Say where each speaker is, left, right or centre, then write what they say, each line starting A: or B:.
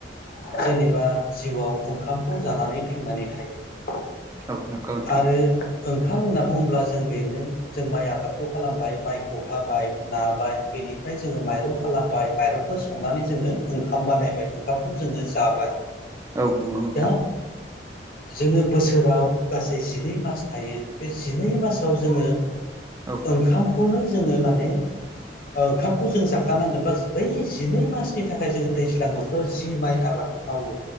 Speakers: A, on the left; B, on the right.
A: जेनेबा जिउआव ओंखामखौ जानानै थांनानै थायो
B: औ नगौ नोथां
A: आरो ओंखाम होनना बुङोब्ला जों बेनो जों माइ आबादखौ खालामबाय माइखौ हाबाय नाबाय बेनिफ्राय जोङो माइरं खालामबाय माइरंखौ संनानै जोङो ओंखाम बानायबाय ओंखामखौ जोङो जाबाय
B: औ नंगौ नोंथां
A: दा जोङो बोसोराव गासै जिनै मास थायो बे जिनै मासाव जोङो
B: औ
A: ओंखामखौनो जोङो माने ओंखामखौ जों जाखानांगोन बा बै जिनै मासनि थाखाय जोङो दैज्लां बोथोराव जि माइ आबाद मावो